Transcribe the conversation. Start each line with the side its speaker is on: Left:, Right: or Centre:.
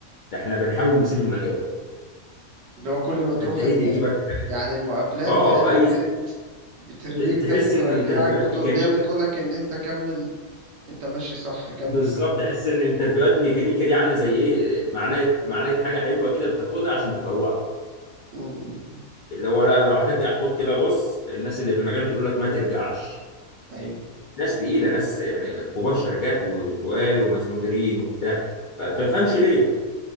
Left: ده احنا بنحاول نسيب المجال
Right: اللي هو كل ما تروح
Left: فانت ايه
Right: ال-
Left: اللي يجيبك حاجه
Right: يعني المقابلات
Left: اه
Right: هي اللي
Left: اي
Right: كانت بترميك
Left: ت-
Right: تاني
Left: تحس
Right: ترجعك
Left: ان انترفيوهات
Right: بتقول
Left: ميكانيكا
Right: ليه بتقول لك ان انت كمل انت ماشي صح كمل
Left: بالظبط
Right: في الطريق
Left: تحس ان انترفيوهات ميكانيكا دي عامله زي ايه معلقه معلقه حاجه حلوه كده بتاخدها عشان تفوقك
Right: مم. مم.
Left: اللي هو لا لو هترجع خد كده بص الناس اللي في المجال بتقول لك ما ترجعش
Right: ايوه
Left: ناس تقيله ناس يعني كبار شركات وتقال وناس مديرين وبتاع فبتفهمش
Right: مم.
Left: ليه